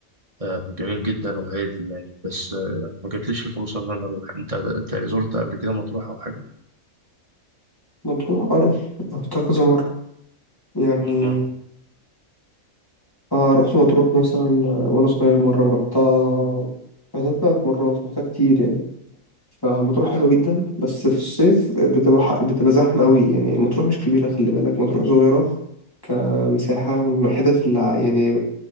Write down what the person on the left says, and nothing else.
مطروح أرض رحتها كذا مرة يعني
اه رحت مطروح مثلا آه، وانا صغير مرة ورحتها رحتها تلات مرات رحتها كتير يعني فمطروح حلوة جدا بس في الصيف بتبقى ح- بتبقى زحمة أوي يعني مطروح مش كبيرة خلي بالك مطروح صغيرة كمساحة والحتت اللي ع- يعني